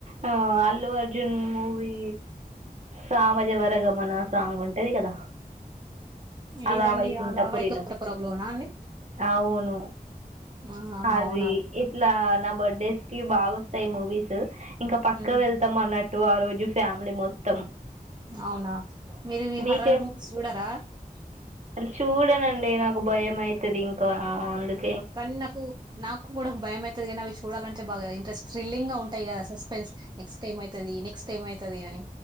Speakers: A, on the right (about 50°); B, on the right (about 30°).
A: ఆ అల్లు అర్జున్ మూవీ సా మజ వర గమన సాంగ్ ఉంటది కదా
B: ఏదండి
A: అలా వైకుంఠపురిలో
B: అలా వైకుంఠపురం లోన అండి
A: అవును.
B: ఆహా
A: అది
B: అవునా
A: ఇట్లా నా బర్త్డేస్ కి బాగొస్తాయి మూవీస్ ఇంకా పక్క
B: హ్మ్.
A: వెళ్తాం అన్న ఆ రోజు ఫ్యా మిలి మొత్తం
B: అవునా మీరు ఇవి
A: మీకేం
B: హరర్ మూవీస్ చూడరా <unintelligible>
A: చూడనండి నాకు భయం అయితది ఇంకా అందుకు
B: కానీ నాకు నాకు కూడా భయం అయితది కానీ అవి చూడాల టే బాగ ఇంట్రెస్ట్ థ్రిల్ంగ్ గా ఉంటయి కదా సస్పెన్స్ నెక్స్ట్ ఏమైతది నెక్స్ టేమైతది అని